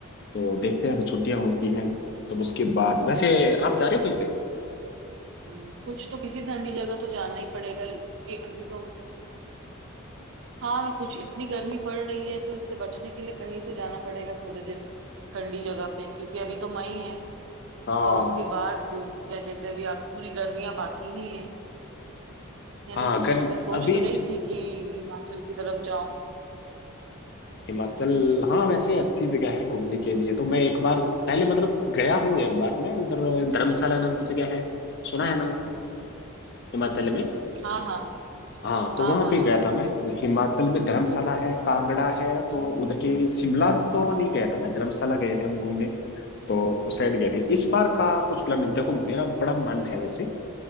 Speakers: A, on the left; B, on the right.
A: तो देखते हैं अब छुट्टियां होती हैं तो उसके बाद वैसे आप जा रहे हो कहीं पे
B: हम्म, कुछ तो किसी ठंडी जगह तो जाना ही पड़ेगा क्योंकि अभी तो हाँ मैं कुछ इतनी गर्मी पड़ रही है तो इससे बचने के लिए कहीं तो जाना पड़ेगा थोड़े दिन ठंडी जगह पे क्योंकि अभी तो मई है
A: हाँ
B: और उसके बाद क्या कहते हैं अभी आप पूरी गर्मियां बाकी ही हैं है
A: हाँ
B: ना
A: गर्म
B: तो मैं सोच
A: अभी
B: तो रही थी कि हिमाचल की तरफ जाऊं
A: हिमाचल हाँ वैसे अच्छी जगह है घूमने के लिए तो मैं एक बार पहले मतलब गया हूँ एक बार मैं उधर धर्मशाला नाम की जगह है सुना है नाम हिमाचल
B: हम्म
A: में
B: हाँ हाँ
A: हाँ तो
B: हाँ
A: वहां
B: हाँ
A: पे
B: हाँ
A: गया था मैं हिमाचल में धर्मशाला है कांगड़ा है तो उधर के शिमला तो नहीं गया था मैं धर्मशाला गए थे हम घूमने तो उस साइड गए थे इस बार का कुछ प्लान देखो मेरा बड़ा मन है वैसे